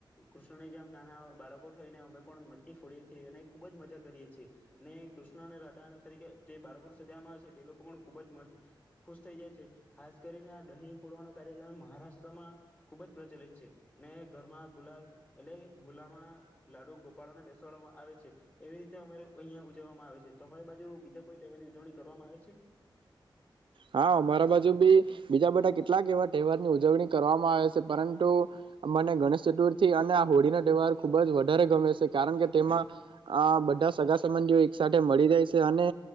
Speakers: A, on the left; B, on the right.
A: કૃષ્ણને જેમ નાના બાળકો થઈને, અમે પણ મટકી ફોડીએ છીએ અને ખૂબ જ મજા કરીએ છીએ અને કૃષ્ણ અને રાધા તરીકે જે બાળકોને સજામાં આવે છે. તે લોકો પણ ખૂબ જ મ ખુશ થઈ જાય છે. ખાસ કરીને આ દહીં ફોડવાનો કાર્યક્રમ મહારાષ્ટ્રમાં ખુબ જ પ્રચલિત છે, ને ઘરમાં ગુલાલ એટલે ગુલામાં લાડુ ગોપાળોને બેસાડવામાં આવે છે, એવી રીતે અમારે અહીં ઉજવવામાં આવે છે. તો તમારી બાજુ બીજા કોઈ તહેવાર ની ઉજવણી કરવામાં આવે છે?
B: હા, મારા બાજુ બી બીજા બધા કેટલાક એવા તહેવારની ઉજવણી કરવામાં આવે છે, પરંતુ મને ગણેશ ચતુર્થી અને આ હોળીનો તહેવાર ખુબ જ વધારે ગમે છે, કારણ કે તેમાં બધા અ સગા સંબંધીઓ એક સાથે મળી જાય છે, અને